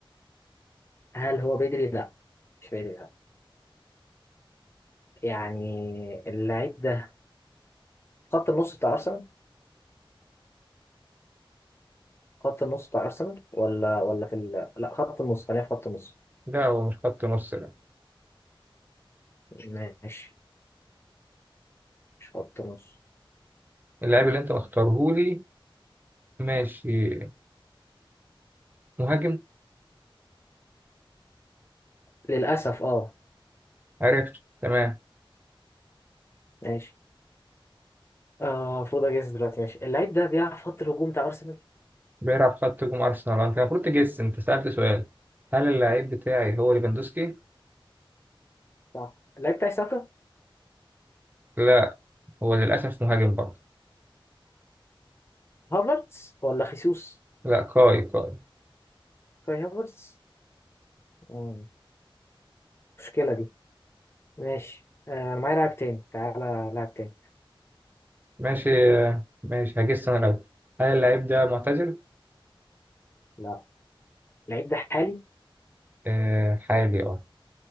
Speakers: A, on the left; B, on the right.
A: هل هو بدري؟ لا مش بدري لا يعني اللعيب ده خط النص بتاع ارسنال خط النص بتاع ارسنال ولا ولا في ال... لا خط النص خلينا في خط النص
B: لا هو مش خط نص لا
A: ماشي مش خط النص
B: اللاعب اللي انت مختاره لي ماشي مهاجم
A: للاسف اه
B: عرفت تمام
A: ماشي اه المفروض اجهز دلوقتي ماشي اللعيب ده بيلعب في خط الهجوم بتاع ارسنال
B: بيلعب خط هجوم أرسنال أنت المفروض تجس أنت سألت سؤال هل اللعيب بتاعي هو ليفاندوسكي؟
A: صح اللعيب بتاعي ساكا
B: لا هو للأسف مهاجم برضه
A: هافرتس ولا خيسوس
B: لا كاي كاي
A: كاي هافرتس مم، مشكلة دي ماشي آه، انا معايا لاعب تاني تعالى لاعب تاني
B: ماشي ماشي هجس أنا الأول هل اللعيب ده معتزل؟
A: لا اللعيب ده حالي
B: آه حالي أه